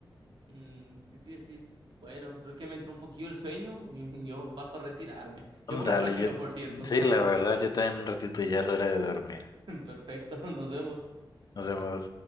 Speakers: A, on the right (about 70°); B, on the left (about 50°).
A: Mm, ¿qué te iba a decir? Bueno, creo que me entró un poquillo el sueño y <laughs> yo paso a retirarme. Qué buena
B: Dale,
A: plática,
B: yo,
A: por cierto.
B: sí, la verdad, yo también un ratito ya es hora de dormir.
A: <laughs> Perfecto, nos vemos.
B: Nos vemos.